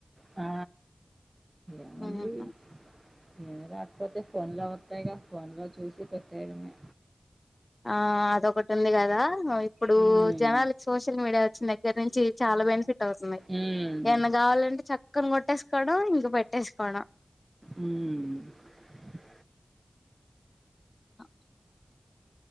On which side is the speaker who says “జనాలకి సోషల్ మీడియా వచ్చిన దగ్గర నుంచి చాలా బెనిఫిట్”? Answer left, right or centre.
Left